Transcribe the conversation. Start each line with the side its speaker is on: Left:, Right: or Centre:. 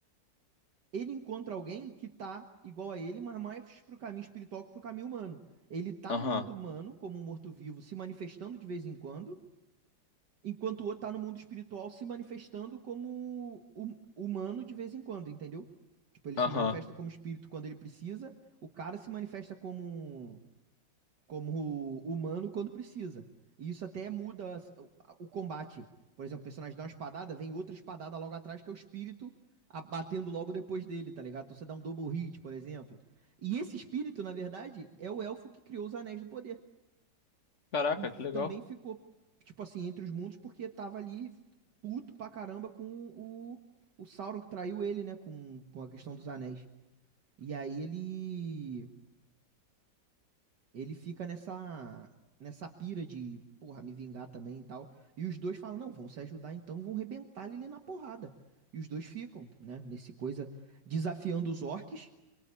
Right: Ele encontra alguém que tá igual a ele, mas mais pro caminho espiritual que pro caminho humano. Ele tá
Left: Aham.
Right: no mundo humano, como um morto-vivo, se manifestando de vez em quando, Enquanto o outro tá no mundo espiritual se manifestando como hum- humano de vez em quando, entendeu? Tipo, ele
Left: Aham.
Right: se manifesta como espírito quando ele precisa, o cara se manifesta como, como humano quando precisa. E isso até muda as- o, a- o combate. Por exemplo, o personagem dá uma espadada, vem outra espadada logo atrás, que é o espírito a- batendo logo depois dele, tá ligado? Então você dá um double hit, por exemplo. E esse espírito, na verdade, é o elfo que criou os Anéis do Poder
Left: Caraca,
Right: que
Left: que legal.
Right: também ficou, tipo assim, entre os mundos, porque tava ali puto pra caramba com o, o Sauron que traiu ele, né? Com, com a questão dos anéis. E aí ele. Ele fica nessa. Nessa pira de, porra, me vingar também e tal. E os dois falam, não, vão se ajudar então, vão rebentar ele ali na porrada. E os dois ficam, né? Nesse coisa, desafiando os orcs